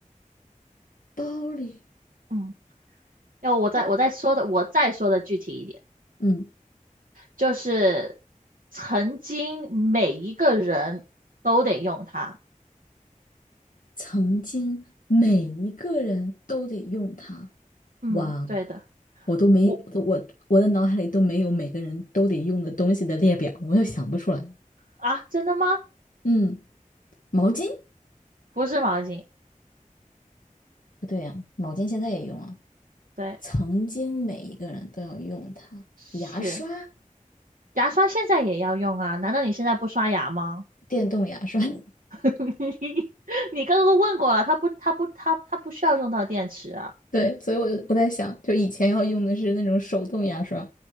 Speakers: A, on the left (about 70°); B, on the right (about 75°).
A: 包里，
B: 嗯，要我再我再说的，
A: 包
B: 我再说的具体一点，
A: 嗯，
B: 就是曾经每一个人都得用它，
A: 曾经每一个人都得用它。
B: 嗯，
A: 哇，
B: 对的。
A: 我都没，
B: 我
A: 我都我我的脑海里都没有每个人都得用的东西的列表，我又想不出来。
B: 啊，真的吗？
A: 嗯，毛巾。
B: 不是毛巾，
A: 不对呀、毛巾现在也用啊。
B: 对，
A: 曾经每一个人都要用它。
B: 是
A: 牙刷，
B: 牙刷现在也要用啊？难道你现在不刷牙吗？
A: 电动牙刷。<laughs>
B: <laughs> 你你刚刚都问过了，它不，它不，它它不需要用到电池啊
A: 对，所以我就我在想，就以前要用的是那种手动牙刷，